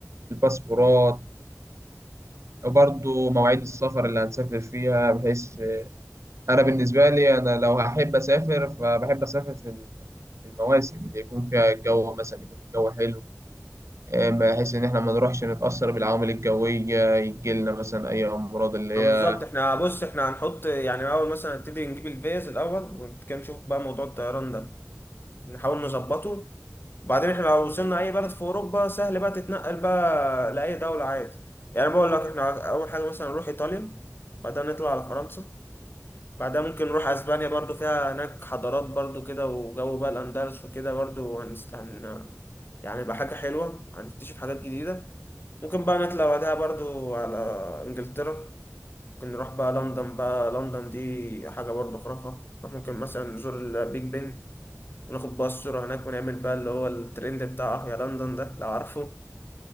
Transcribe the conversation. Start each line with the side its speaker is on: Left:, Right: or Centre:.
Right: الباسبورات وبرضه مواعيد السفر اللي هنسافر فيها بحيث أنا بالنسبة لي أنا لو هحب أسافر فبحب أسافر في ال- في المواسم اللي يكون فيها الجو مثلا يكون الجو حلو آه، بحيث إن إحنا ما نروحش نتأثر بالعوامل الجوية يجيلنا مثلا أي أمراض اللي
Left: ما
Right: هي
Left: بالظبط احنا بص احنا هنحط يعني الاول مثلا نبتدي نجيب الفيز الاول وكان نشوف بقى موضوع الطيران ده نحاول نظبطه وبعدين احنا لو وصلنا اي بلد في اوروبا سهل بقى تتنقل بقى لاي دوله عادي يعني بقول لك احنا اول حاجه مثلا نروح ايطاليا بعدها نطلع على فرنسا بعدها ممكن نروح اسبانيا برضو فيها هناك حضارات برضو كده وجو بقى الاندلس وكده برضو هنست... هن... يعني يبقى حاجه حلوه هنكتشف حاجات جديده ممكن بقى نطلع بعدها برضو على إنجلترا ممكن نروح بقى لندن بقى لندن دي حاجة برضو خرافة نروح ممكن مثلا نزور البيج بن وناخد بقى الصورة هناك ونعمل بقى اللي هو الترند بتاع أه يا لندن ده لو عارفه